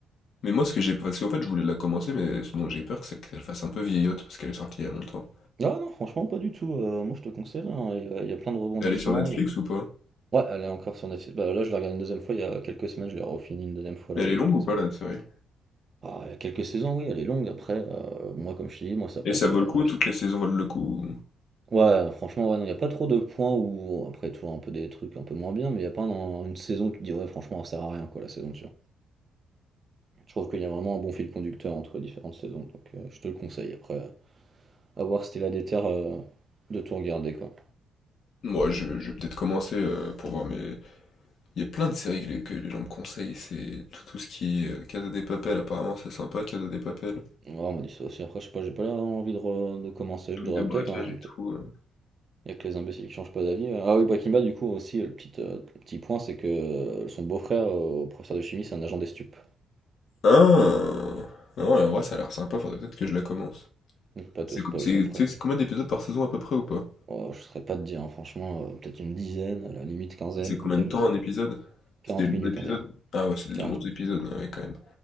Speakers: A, on the left (about 60°); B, on the right (about 40°).
A: Mais moi, ce que j'ai. Parce qu'en fait, je voulais la commencer, mais ce dont j'ai peur, c'est qu'elle fasse un peu vieillotte, parce qu'elle est sortie il y a longtemps.
B: Non, non, franchement, pas du tout. euh, moi, je te conseille. hein, Il y, a il y a plein de rebondissements.
A: Elle est sur Netflix
B: il y a-
A: ou pas?
B: Ouais, elle est encore sur Netflix. Bah, là, je l'ai regardée une deuxième fois il y a quelques semaines. Je l'ai refini une deuxième fois,
A: Mais
B: là,
A: elle
B: il y
A: est
B: a
A: longue
B: quelques
A: ou
B: semaines.
A: pas, la série?
B: Ah, il y a quelques saisons, oui, elle est longue. Après, euh, moi, comme je te dis, moi, ça passe
A: Et ça vaut
B: euh,
A: le coup?
B: rapide.
A: Toutes les saisons valent le coup?
B: Ouais, franchement, ouais, non, il n'y a pas trop de points où, après, tu vois, un peu des trucs un peu moins bien, mais il n'y a pas un- une saison où tu te dis, ouais, franchement, ça sert à rien, quoi, la saison dessus. Je trouve qu'il y a vraiment un bon fil conducteur entre les différentes saisons. Donc, euh, je te le conseille. Après, à voir si t'es là des terres de tout regarder, quoi.
A: Moi, je, je vais peut-être commencer euh, pour voir, mais il y a plein de séries que les, que les gens me conseillent. C'est tout, tout ce qui est euh, Casa de Papel, apparemment, c'est sympa, Casa de Papel.
B: Ouais, on m'a dit ça aussi. Après, je sais pas, j'ai pas l'air d'avoir envie de, re- de commencer.
A: Truc
B: Je devrais
A: de braquage
B: peut-être, hein.
A: et
B: mais peut-être.
A: tout. euh.
B: Il y a que les imbéciles qui changent pas d'avis. Ah oui, Bakimba, du coup, aussi, le petit, euh, le petit point, c'est que euh, son beau-frère, euh, professeur de chimie, c'est un agent des stupes.
A: Ah! Non, en vrai, ça
B: Donc,
A: a l'air sympa, faudrait peut-être que je la commence.
B: Je vais pas
A: C'est
B: te spoil
A: co- c'est-
B: après.
A: tu sais,
B: hein.
A: c'est combien d'épisodes par saison à peu près ou pas?
B: Oh, je saurais pas te dire, hein, franchement, euh, peut-être une dizaine, à la limite quinzaine,
A: C'est combien
B: peut-être,
A: de temps
B: je sais
A: un
B: pas.
A: épisode?
B: quarante
A: C'était 12
B: minutes
A: épisodes?
B: environ.
A: Ah ouais, c'est des
B: 40
A: longs épisodes,
B: minutes.
A: ouais, quand même.